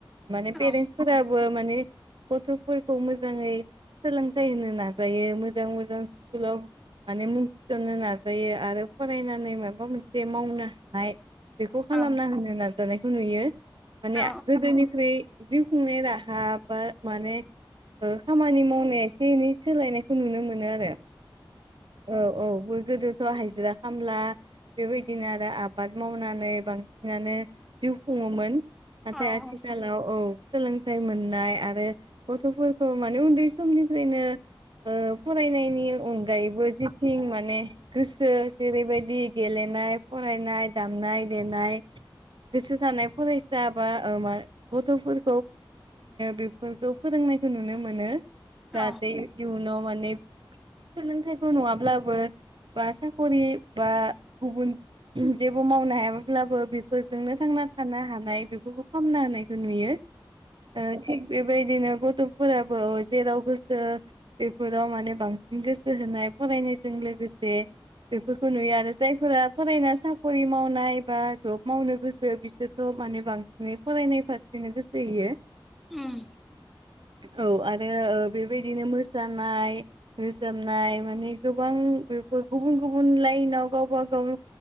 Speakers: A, on the right; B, in the centre.
A: माने
B: औ
A: पेरेन्स फोराबो माने गथ'फोरखौ मोजाङै सोलोंथाइ होनो नाजायो मोजां मोजां स्कुलाव माने मुं थिसननो नाजायो आरो फरायनानै माबा मोनसे मावनो हानाय बेखौ खालामना
B: औ
A: होनो नाजानायखौ नुयो माने
B: औ
A: गोदोनिख्रुइ जिउ राहा बा माने खामानि मावनाया एसे एनै सोलायनायखौ नुनो मोनो आरो। औ औ ब गोदोथ' हायाजिरा खामला बेबायदिनो आरो आबाद मावनानै बांसिनानो जिउ खुङोन नाथाय
B: औ
A: आथिखालाव औ सोलोंथाइ मोननाय आरो गथ'फोरखौ माने उन्दै समनिफ्रायनो फरायनायनि अनगायैबो जेथिं माने गोसो जेरैबायदि गेलेनो नाय फरायनाय दामनाय देनाय। गोसो जानाय फरायसा बा ओ मा गथ'फोर बेफोरखौ फोरोंनायखौ नुनो मोनो जाहाथे
B: औ
A: इयुनाव माने सोलोंथाइखौ नङाब्लाबो बा साख'रि बा गुबुन <unintelligible> जेबो मावनो हायाब्लाबो बेफोरजोंनो थांना थानो हानाय बेफोरखौ खामना होनायखौ नुयो ओ थिख बेबायायदिनो ग थ'फोराबो जेराव गोसो बेफोराव माने बांसिन गोसो होनाय फरायनायजों लो गोसे बेफोरखौ नुयो आरो जायफोरा फरायना साख'रि मावनाय बा जब मावनो गोसो बिसोरथ' माने बांसिनै फरायनाय फारसेनो गोसो होयो
B: उम
A: औ आरो ओ बेबायदिनो मोसानाय रोजाबनाय माने गोबां <unintelligible> गुबुन गुबुन लाइनाव गावबा गाव